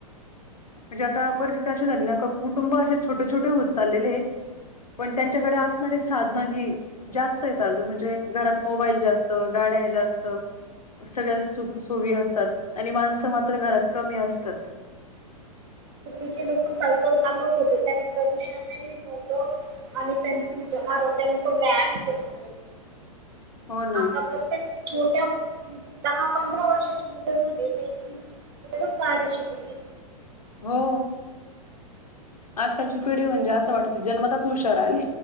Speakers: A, on the left (about 80°); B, on the right (about 45°).
A: म्हणजे आता परिस्थिती अशी झाली ना, का कुटुं अ असे छोटे- छोटे होत चालले आहेत. पण त्यांच्याकडे असणारे साधन ही. जास्त आहेत आग, म्हणजे घरात मोबाईल जास्त, गाड्या जास्त. सगळ्या सुख सोयी असतात, आणि माणसं मात्र घरात कमी असतात.
B: पूर्वीचे लोक सायकल चालवत होते त्यानी प्रदूषणही नव्हतं आणि त्यांच म्हणजे आरोग्याला तो व्यायाम होत हो
A: हो ना.
B: आता प्रत्येक छोट्या म्हणजे दहा पंधरा वर्षाची मुलं झालेली आहे की लगचड्या शिकून घे
A: हो आजकालची पिढी म्हणजे असं वाटत जन्मताच हुशार आलेली